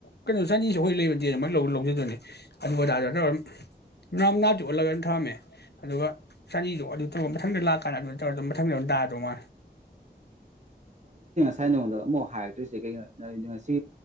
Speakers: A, on the left; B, on the right.
A: ꯀꯩꯅꯣ ꯆꯥꯟꯗꯤꯁꯨ ꯑꯈꯣꯏ ꯂꯩꯕꯗꯦꯅ ꯂꯧ ꯂꯧꯖꯗꯅꯤ ꯑꯗꯨ ꯑꯗꯗ ꯇꯧꯔ ꯎꯝ ꯅꯍꯥꯟ ꯅꯥꯞꯇꯤ ꯑꯣꯜꯂꯒ ꯑꯗꯨ ꯊꯝꯃꯦ ꯑꯗꯨꯒ꯫ ꯆꯅꯤꯗꯣ ꯑꯗꯨ ꯇꯧꯔꯒ ꯃꯊꯪꯗ ꯂꯥꯛꯀꯥꯟꯗ ꯑꯗꯨ ꯇꯧꯔ ꯑꯗꯨꯝ ꯃꯊꯪꯗ ꯑꯗꯨꯝ ꯇꯗꯥꯗꯧ ꯃꯥꯜꯂꯤ꯫
B: ꯑꯩ ꯅꯉꯣꯟꯗ ꯑꯃꯨꯛ ꯍꯥꯏꯔꯛꯇꯣꯏꯁꯦ ꯀꯩꯒꯤꯅꯣ ꯉꯁꯤ